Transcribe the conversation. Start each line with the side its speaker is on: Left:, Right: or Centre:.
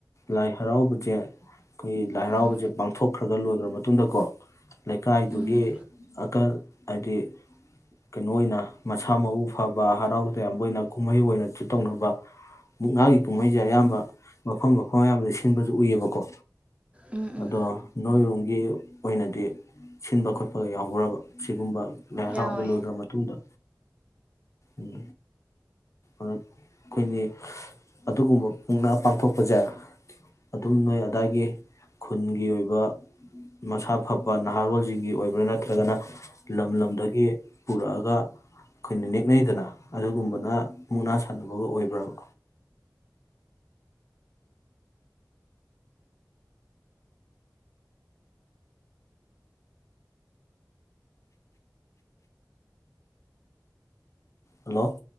Left: ꯂꯥꯏ ꯍꯔꯥꯎꯕꯁꯦ ꯑꯩꯈꯣꯏꯒꯤ ꯂꯥꯏ ꯍꯔꯥꯎꯕꯁꯦ
Right: ꯎꯝ
Left: ꯄꯥꯡꯊꯣꯛ ꯈꯔ ꯈꯔ ꯂꯣꯏꯈ꯭ꯔ ꯃꯇꯨꯡꯗꯀꯣ ꯂꯩꯀꯥꯏꯗꯨꯒꯤ
Right: ꯎꯝ
Left: ꯑꯀꯜ ꯍꯥꯏꯗꯤ ꯀꯩꯅꯣ ꯑꯣꯏꯅ ꯃꯁꯥ ꯃꯎ ꯐꯕ ꯍꯔꯥꯎ ꯇꯌꯥꯝꯕ ꯑꯣꯏꯅ ꯀꯨꯝꯍꯩ ꯑꯣꯏꯅ ꯨ ꯇꯧꯅꯕ ꯃꯨꯛꯅꯥꯒꯤ ꯀꯨꯝꯍꯩꯁꯦ ꯑꯌꯥꯝꯕ ꯃꯐꯝ ꯃꯐꯝ ꯑꯌꯥꯝꯕꯗ ꯁꯤꯟꯕꯁꯨ ꯎꯏꯌꯦꯕꯀꯣ
Right: ꯎꯝ ꯎꯝ
Left: ꯑꯗꯣ ꯅꯣꯏꯔꯨꯝꯒꯤ ꯑꯣꯏꯅꯗꯤ ꯁꯤꯟꯕ ꯈꯣꯠꯄꯒ ꯌꯥꯎꯈ꯭ꯔꯕ ꯁꯤꯒꯨꯝꯕ ꯂꯥꯏ ꯍꯔꯥꯎꯕ
Right: ꯌꯥꯎꯋꯦ
Left: ꯂꯣꯏꯈ꯭ꯔ ꯃꯇꯨꯡꯗ ꯎꯝ ꯑꯩꯈꯣꯏꯒꯤ ꯑꯗꯨꯒꯨꯝꯕ ꯃꯨꯛꯅꯥ ꯄꯥꯡꯊꯣꯛꯄꯁꯦ ꯑꯗꯨꯝ ꯅꯣꯏ ꯑꯗꯥꯏꯒꯤ ꯈꯨꯟꯒꯤ ꯑꯣꯏꯕ ꯃꯁꯥ ꯐꯕ ꯅꯍꯥꯔꯣꯜꯁꯤꯡꯒꯤ ꯑꯣꯏꯕ꯭ꯔꯥ ꯅꯠꯇ꯭ꯔꯒꯅ ꯂꯝ ꯂꯝꯗꯒꯤ ꯄꯨꯔꯛꯑꯒ ꯑꯩꯈꯣꯏꯅ ꯅꯤꯦꯛ ꯇꯤꯅꯩꯗꯅ ꯑꯗꯨꯒꯨꯝꯕꯅ ꯃꯨꯛꯅꯥ ꯁꯥꯟꯅꯕꯒ ꯑꯣꯏꯕ꯭ꯔꯕ ꯍꯜꯂꯣ